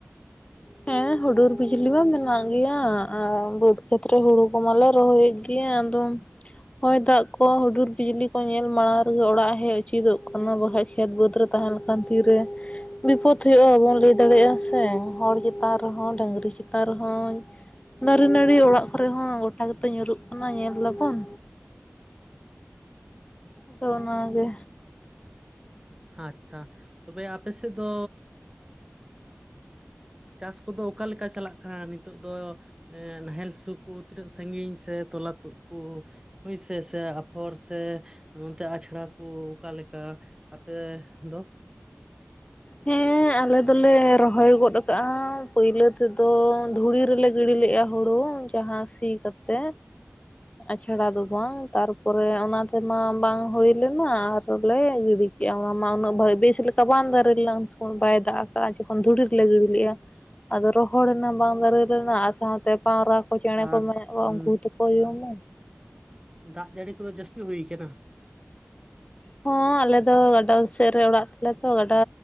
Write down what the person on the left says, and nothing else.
ᱦᱮᱸ ᱦᱩᱰᱩᱨ ᱵᱤᱡᱽᱞᱤ ᱢᱟ ᱢᱮᱱᱟᱜ ᱜᱮᱭᱟ, ᱟᱨ ᱵᱟᱹᱫᱽ ᱠᱷᱮᱛᱨᱮ ᱦᱳᱲᱩ ᱠᱚᱢᱟᱞᱮ ᱨᱚᱦᱚᱭᱮᱫ ᱜᱮᱭᱟ ᱟᱫᱚᱢ᱾ ᱦᱚᱭ ᱫᱟᱜ ᱠᱚ ᱦᱩᱰᱩᱨ ᱵᱤᱡᱽᱞᱤ ᱠᱚ, ᱧᱮᱞ ᱢᱟᱲᱟᱝ ᱨᱮᱜᱮ ᱚᱲᱟᱜ ᱦᱮᱡ, ᱩᱪᱤᱛᱚᱜ ᱠᱟᱱᱟ ᱵᱟᱠᱟᱷᱡ ᱠᱷᱮᱛ ᱵᱟᱹᱫᱽ ᱨᱮ ᱛᱟᱦᱮᱸ ᱞᱮᱠᱷᱟᱱ, ᱛᱤᱨᱮ ᱵᱤᱯᱚᱫ ᱦᱳᱭᱩᱜ-ᱟ, ᱵᱟᱵᱚᱱ ᱞᱟᱹᱭ ᱫᱟᱲᱮᱜ-ᱟ ᱥᱮ᱾ ᱦᱚᱲ ᱪᱮᱛᱟᱱ ᱨᱮᱦᱚᱸ, ᱰᱟᱹᱝᱨᱤ ᱪᱮᱛᱟᱱ ᱨᱮᱦᱚᱸ᱾ ᱫᱟᱨᱮ ᱱᱟᱹᱲᱤ ᱚᱲᱟᱜ ᱠᱚᱨᱮ ᱦᱚᱸ, ᱜᱚᱴᱟ ᱜᱮᱛᱚ ᱧᱩᱨᱩᱜ ᱠᱟᱱᱟ ᱧᱮᱞ ᱫᱟᱵᱚᱱ᱾ ᱛᱚ ᱚᱱᱟ ᱜᱮ᱾
ᱦᱮᱸ ᱟᱞᱮ ᱫᱚᱞᱮ ᱨᱚᱦᱚᱭ ᱜᱚᱫ ᱠᱟᱜᱼᱟ, ᱯᱟᱹᱭᱞᱟᱹ ᱛᱮᱫᱚ ᱫᱷᱩᱲᱤ ᱨᱮᱞᱮ ᱜᱤᱲᱤ ᱞᱮᱜᱼᱟ, ᱦᱳᱲᱳ ᱡᱟᱸᱦᱟ ᱥᱤ ᱠᱟᱛᱮ᱾ ᱟᱪᱷᱟᱲᱟ ᱫᱚ ᱵᱟᱝ, ᱛᱟᱨᱯᱚᱨᱮ ᱚᱱᱟ ᱛᱮᱢᱟ ᱵᱟᱝ ᱦᱳᱭ ᱞᱮᱱᱟ, ᱟᱨᱚᱞᱮ ᱜᱤᱲᱤ ᱠᱮᱫᱟ᱾ ᱠᱮᱜᱼᱟ, ᱚᱱᱟ ᱢᱟ ᱩᱱᱟᱹᱜ ᱵᱮᱥ ᱞᱮᱠᱟ ᱵᱟᱝᱢ ᱫᱟᱨᱮ ᱞᱮᱱᱟ, ᱩᱱ ᱥᱚᱢᱚᱭ ᱵᱟᱭ ᱫᱟᱜ ᱠᱟᱜ-ᱟ ᱡᱚᱠᱷᱚᱱ ᱫᱷᱩᱲᱤ ᱨᱮ ᱞᱮ ᱜᱤᱲᱤ ᱞᱮ-ᱟ᱾ ᱟᱫᱚ ᱨᱚᱦᱚᱲᱮᱱᱟ ᱵᱟᱝ ᱫᱟᱨᱮ ᱞᱮᱱᱟᱜ ᱥᱟᱶᱛᱮ ᱯᱟᱣᱨᱟ ᱠᱚ ᱪᱮᱬᱮ
ᱠᱚ ᱢᱮᱱᱟᱜ ᱠᱚᱣᱟ
ᱩᱱᱠᱩ ᱜᱮᱛᱚ ᱠᱚ ᱡᱚᱢᱟ᱾
ᱦᱚᱸ ᱟᱞᱮ ᱫᱚ ᱜᱟᱰᱟ ᱥᱮᱫ ᱨᱮ ᱚᱲᱟᱜ ᱛᱟᱞᱮ ᱛᱚ ᱜᱟᱰᱟ